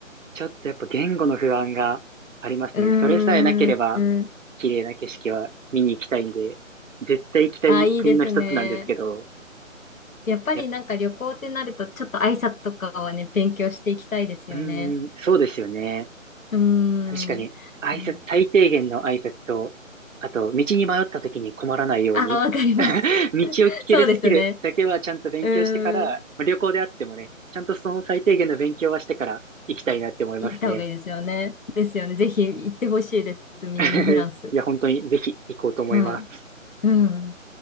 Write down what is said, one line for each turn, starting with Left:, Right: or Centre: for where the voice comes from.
Right: ちょっとやっぱ言語の不安がありますね。
Left: うーん。
Right: それさえなければ、綺麗な景色は見に行きたいんで、絶対行きたい国の一つなんですけど、
Left: あ、いいですね。やっぱりなんか旅行ってなると、
Right: やっ、
Left: ちょっと挨拶とかはね、勉強していきたいですよね。
Right: うーん、そうですよね。
Left: うー
Right: 確かに、
Left: ん。
Right: 挨拶、
Left: いや
Right: 最低限の挨拶と、あと、道に迷った時に困らないように、
Left: あ、わかります。
Right: 道を聞けるスキルだけはちゃんと勉強してから、
Left: <laughs> そうですね。うーん。
Right: まあ旅行であってもね、ちゃんとその最低限の勉強はしてから行きたいなって思いますね。
Left: 行った方がいいですよね。ですよね。ぜひ行ってほしいです。南フランス。
Right: <laughs> いや、本当にぜひ行こうと思います。
Left: はい。うん。